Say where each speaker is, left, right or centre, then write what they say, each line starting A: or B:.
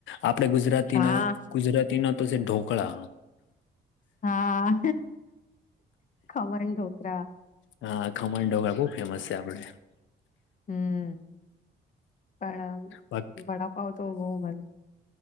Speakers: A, on the left; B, on the left.
A: આપડે ગુજરાત તીના
B: હા
A: ગુજરાતી ના તો છે ઢોકળા
B: હા ખમણ ઢોકરા
A: હા ખમણ ઢોકરા બહુ ફેમસ છે આપડે
B: હમ્મ પણ
A: બા
B: વડાપાવ તો બહુ બન